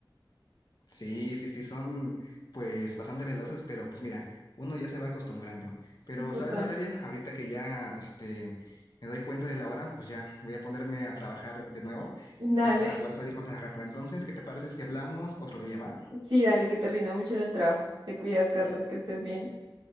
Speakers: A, on the left (about 50°); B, on the right (about 70°).
A: Sí, sí, sí, son pues bastante veloces, pero pues mira, uno ya se va acostumbrando. Pero,
B: Total.
A: ¿sabes, Valeria? Ahorita que ya este, me doy cuenta de la hora, pues ya voy a ponerme a trabajar de nuevo,
B: Dale,
A: pues para poder salir más al rato. Entonces, ¿qué te parece si hablamos otro día, va?
B: sí, dale, que te rinda mucho en el trabajo. Te cuidas, Carlos, que estés bien.